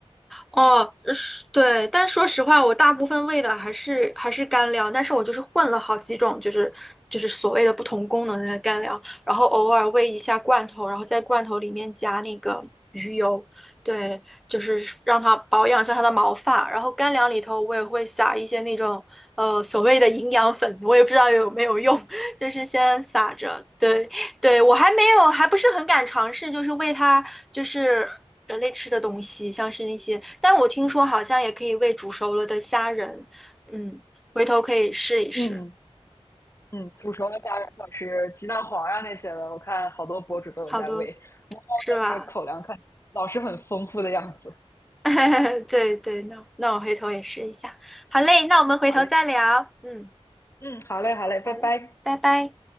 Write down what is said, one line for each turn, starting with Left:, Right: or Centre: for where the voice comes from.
Centre: 哦，是，对，但说实话，我大部分喂的还是还是干粮，但是我就是混了好几种，就是就是所谓的不同功能的干粮，然后偶尔喂一下罐头，然后在罐头里面加那个鱼油，对，就是让它保养一下它的毛发。然后干粮里头我也会撒一些那种呃所谓的营养粉，我也不知道有没有用，<laughs> 就是先撒着，对。对，我还没有，还不是很敢尝试，就是喂它，就是人类吃的东西，像是那些，但我听说好像也可以喂煮熟了的虾仁，嗯，回头可以试一试。
Left: 嗯嗯，煮熟的虾仁或者是鸡蛋黄啊那些的，我看好多博主都有在喂。
Centre: 好多
Left: 猫猫的那个口粮看起来老是很丰富的样子。
Centre: 是吧？<laughs> 对对，那那我回头也试一下。好嘞，那我们回头再聊。
Left: 好嘞，
Centre: 嗯，
Left: 嗯，好嘞，好嘞，拜拜。
Centre: 好嘞，拜拜。